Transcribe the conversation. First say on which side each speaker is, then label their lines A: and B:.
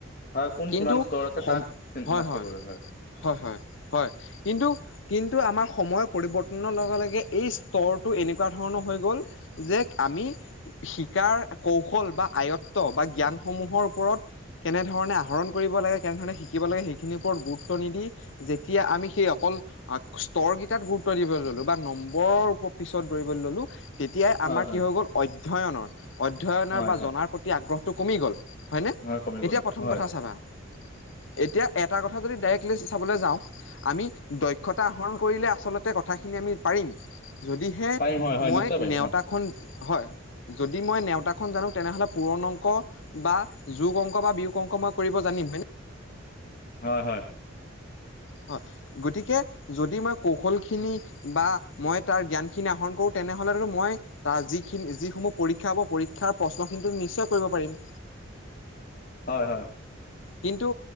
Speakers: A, on the left; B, on the left.
A: হয় কোন
B: কিন্তু
A: কিমান স্তৰ আছে
B: সম
A: তাক চ ন
B: হয়
A: কৰে হয়
B: হয় হয় হয় কিন্তু কিন্তু আমাৰ সময়ৰ পৰিৱৰ্তনৰ লগে লগে এই স্তৰটো এনেকুৱা ধৰণৰ হৈ গ'ল যে আমি শিকাৰ কৌশল বা আয়ত্ব বা জ্ঞানসমূহৰ ওপৰত কেনেধৰণে আহৰণ কৰিব লাগে কেনেধৰণে শিকিব লাগে সেইখিনিৰ ওপৰত গুৰুত্ব নিদি যেতিয়া আমি সেই অকল স্তৰকেইটাত গুৰুত্ব দিবলৈ ললো বা নম্বৰৰ পিছত দৌৰিবলৈ ললো তেতিয়াই
A: হয়
B: আমাৰ
A: হয়
B: কি হৈ গ'ল অধ্যয়নৰ অধ্যয়নৰ
A: হয়
B: বা
A: হয়
B: জনাৰ প্ৰতি আগ্ৰহটো কমি গ'ল হয়নে
A: হয় কমি গ'ল
B: এতিয়া
A: হয়
B: প্ৰথম
A: হয়
B: কথা চাবা এতিয়া এটা কথা যদি ডাইৰেক্টলি চাবলৈ যাওঁক আমি দক্ষতা আহৰণ কৰিলে আচলতে কথাখিনি আমি পাৰিম যদি
A: পাৰিম হয় হয়
B: মই
A: নিশ্চয় পাৰিম
B: নেওতা
A: হয়।
B: খ হয় যদি মই নেওতা খ জানো তেনেহ'লে পুৰণ অংক বা যোগ অংক বা বিয়োগ অংক মই কৰিব জানিম হয়নে
A: হয় হয়
B: হয় গতিকে যদি মই কৌশল খিনি বা মই তাৰ জ্ঞান খিনি আহৰণ কৰো তেনেহলেতো মই তাৰ যিখিনি যিসমূহ পৰীক্ষা হ'ব পৰীক্ষাৰ প্ৰশ্নখিনিটোম নিশ্চয় কৰিব পাৰিম
A: হয় হয়
B: কিন্তু